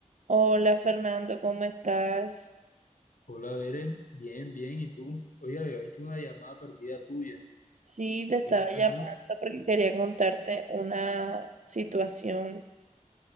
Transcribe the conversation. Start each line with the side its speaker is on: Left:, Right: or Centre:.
Right: Hola Fernando, ¿cómo estás?
Left: Hola, Bere. Bien, bien. ¿Y tú? Oye, había visto una llamada perdida tuya.
Right: Sí, te estaba
Left: ¿Qué te pasó?
Right: llamando porque quería contarte una situación.